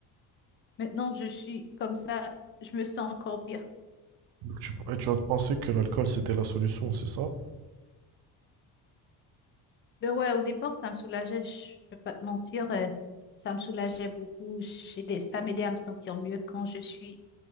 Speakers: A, on the left (about 30°); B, on the right (about 60°).
A: maintenant, je suis comme ça, je me sens encore pire.
B: Donc tu, et tu as pensé que l'alcool c'était la solution, c'est ça?
A: Ben ouais, au départ, ça me soulageait, je peux pas te mentir, euh, ça me soulageait beaucoup. J'ai des- ça m'aidait à me sentir mieux quand je suis,